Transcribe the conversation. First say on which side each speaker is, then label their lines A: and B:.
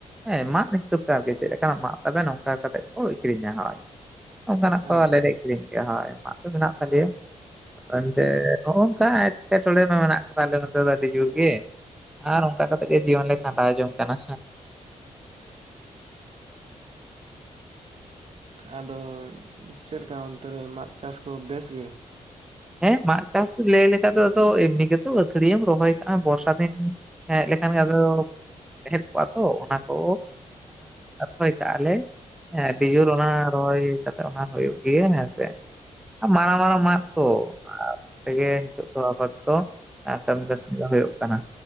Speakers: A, in the centre; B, on the right.
A: ᱦᱮᱸ ᱢᱟᱫ ᱦᱤᱥᱟᱹᱵ ᱛᱮ ᱟᱨᱠᱤ ᱪᱮᱫ ᱞᱮᱠᱟᱱᱟᱜ ᱢᱟᱜ ᱛᱟᱵᱮ ᱱᱚᱝᱠᱟ ᱠᱟᱛᱮᱜ ᱠᱚ ᱟᱠᱷᱨᱤᱧᱟ ᱦᱳ ᱚᱱᱠᱟᱱᱟᱜ ᱠᱚᱞᱮᱱᱮᱡ
B: ᱟᱪᱪᱷᱟ
A: ᱠᱤᱨᱤᱧ ᱠᱮᱫᱼᱟ ᱦᱳᱭ ᱟᱭᱢᱟᱛᱚ ᱢᱮᱱᱟᱜ ᱛᱟᱞᱮᱭᱟ ᱮᱱᱛᱮ ᱱᱚᱜ ᱱᱚᱝᱠᱟ ᱮᱴᱠᱮᱴᱚᱬᱮ ᱢᱟ ᱢᱮᱱᱟᱜ ᱠᱟᱫᱟ ᱟᱞᱮ ᱱᱚᱛ ᱫᱚ ᱟᱹᱰᱤ ᱡᱳᱨ ᱜᱮ ᱟᱨ ᱚᱱᱠᱟ ᱠᱟᱛᱮᱜ ᱜᱮ ᱡᱤᱭᱚᱱ ᱞᱮ ᱠᱷᱟᱸᱰᱟᱣ ᱡᱚᱝ ᱠᱟᱱᱟ <inaudible>
B: ᱟᱫᱚ ᱪᱮᱫ ᱞᱮᱠᱟ ᱚᱱᱛᱮ ᱨᱮ ᱢᱟᱫ ᱪᱟᱥ ᱠᱚ ᱵᱮᱥ ᱜᱮ
A: ᱦᱮᱸ ᱢᱟᱫ ᱪᱟᱥ ᱞᱟᱹᱭ ᱞᱮᱠᱟ ᱫᱚ ᱟ ᱮᱢᱱᱤ ᱜᱮᱛᱚ ᱟᱹᱛᱷᱲᱤᱢ ᱨᱚᱦᱚᱭ ᱠᱟᱜᱼᱟ ᱵᱚᱨᱥᱟ ᱫᱤᱱ ᱦᱮᱸ ᱞᱮᱠᱷᱟᱱ ᱜᱮ ᱟᱫᱚ ᱛᱟᱦᱮᱸ ᱠᱚᱜ-ᱟ ᱛᱚ ᱚᱱᱟ ᱠᱚ ᱟᱯᱷᱚᱭ ᱠᱟᱜ-ᱟ ᱞᱮ ᱦᱮᱸ ᱟᱹᱰᱤ ᱡᱳᱨ ᱚᱱᱟ
B: ᱟᱪᱪᱷᱟ
A: ᱨᱚᱦᱚᱭ
B: ᱦᱮᱸ
A: ᱠᱟᱛᱮ ᱚᱱᱟ ᱦᱩᱭᱩᱜ ᱜᱮᱭᱟ ᱦᱮᱸᱥᱮ ᱢᱟᱨᱟᱝ ᱢᱟᱨᱟᱝ ᱢᱟᱫ ᱛᱚ ᱛᱮᱜᱮ ᱱᱤᱛᱚᱜ ᱫᱚ ᱟᱵᱟ ᱫᱚ ᱠᱟᱹᱢᱤ ᱠᱟᱹᱥᱱᱤ ᱫᱚ ᱦᱩᱭᱩᱜ ᱠᱟᱱᱟ᱾